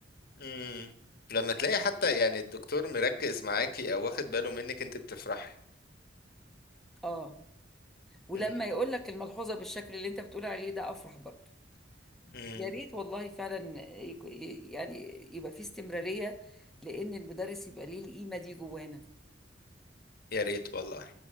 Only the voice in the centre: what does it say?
<laughs> اه ولما
يقول لك الملحوظة بالشكل اللي انت بتقول عليه ده افرح برضو
يا ريت والله فعلا يك- يعني يبقى في استمرارية لأن المدرس يبقى ليه القيمة دي جوانا